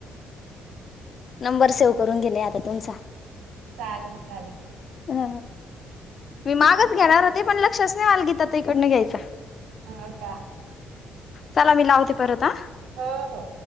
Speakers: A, on the left; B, on the right.
A: नंबर सेव्ह करून घेणे आता तुमचा
B: चालेल- चालेल
A: <inaudible> मी मागच घेणार होते पण लक्षच नाही गीता ताईकडं घ्यायचं
B: ह <inaudible> हा का
A: चला मी लावते परत हा
B: हो- हो